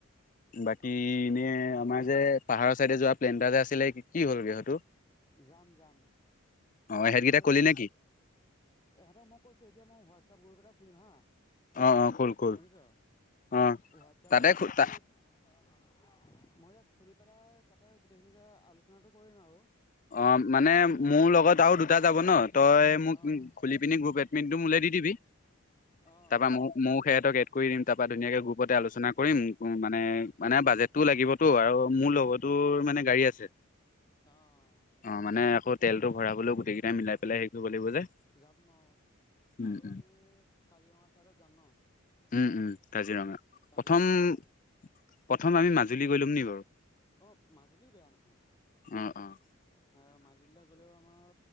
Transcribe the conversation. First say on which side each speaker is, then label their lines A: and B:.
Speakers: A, on the left; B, on the left.
A: বাকী এনেই
B: অ
A: আমাৰ যে পাহাৰৰ চাইডে যোৱা প্লেনটা যে আছিলে কি হ'ল গে সেই টো
B: যাম যাম
A: অ সেইকেইটা
B: এ
A: কলি নে কি
B: এহঁতক মই কৈছোঁ য়ে এতিয়া মই হোৱাটছেপ গ্ৰুপ এটা খুলিম হা
A: অ অ কল কল
B: শুনিছ
A: অ
B: হোৱাটছেপ
A: তাতে
B: গ্ৰুপটো
A: তা
B: মই এতিয়া খুলি পেলাই তাতে গোটেইখিনিকে আলোচনাটো কৰিম আৰু
A: অ মানে মোৰ লগত আৰু দুটা যাব ন তই মোক
B: অঁ
A: খুলি পিনি গ্ৰুপ এডমিটটো মোলৈ দি দিবি <unintelligible>
B: অ অ
A: তাৰপা মোক ময়ো সিহঁতক এড কৰি দিম তাৰ পৰা ধুনীয়াকে গ্ৰুপতে আলোচনা কৰিম মানে মানে বাজেট টো লাগিবতো আৰু মোৰ লগতো মানে গাড়ী আছে
B: অঁ
A: অঁ! মানে আকৌ তেলটো ভৰাবলৈও গোটেইকেইটা মিলাই পেলাই হেৰি কৰিব লাগিব যে।
B: যাম ন,
A: উম,
B: আৰু
A: উম,
B: আমি কাজিৰঙা ছাইদত যাম ন।
A: উম-উম! কাজিৰঙা।
B: কাজিৰঙাত
A: প্ৰথম-প্ৰথম আমি মাজুলী গৈ লম নি বাৰু?
B: অঁ! মাজুলীও বেয়া নহয়।
A: উম-উম!
B: অ মাজুলীলে গ'লেও আমাৰ